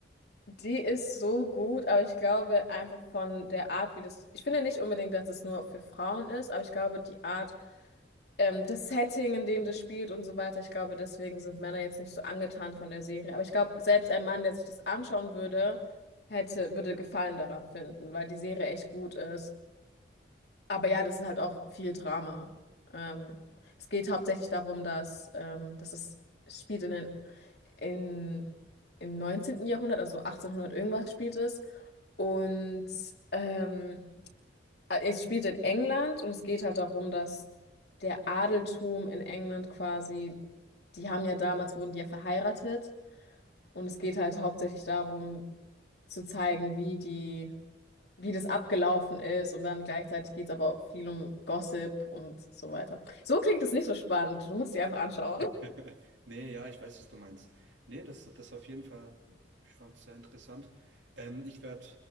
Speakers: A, on the left; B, on the right.
A: die ist so gut, aber ich glaube einfach von der Art, wie das. Ich finde nicht unbedingt, dass es nur für Frauen ist, aber ich glaube, die Art, ähm, das Setting, in dem das spielt und so weiter, ich glaube, deswegen sind Männer jetzt nicht so angetan von der Serie. Aber ich glaube, selbst ein Mann, der sich das anschauen würde, hätte, würde Gefallen daran finden, weil die Serie echt gut ist. Aber ja, das ist halt auch viel Drama. Ähm, es geht hauptsächlich darum, dass, ähm, dass es es spielt in den, in, im neunzehnten Jahrhundert, also 1800 irgendwas spielt es. Und ähm, äh, es spielt in England und es geht halt darum, dass der Adeltum in England quasi, die haben ja damals, wurden die ja verheiratet. Und es geht halt hauptsächlich darum, zu zeigen, wie die, wie das abgelaufen ist. Und dann gleichzeitig geht es aber auch viel um Gossip und so weiter. So klingt es nicht so spannend. Du musst die einfach anschauen.
B: <laughs> Nee, ja, ich weiß, was du meinst. Nee, das, das auf jeden Fall, ich fand es sehr interessant. Ähm, ich werde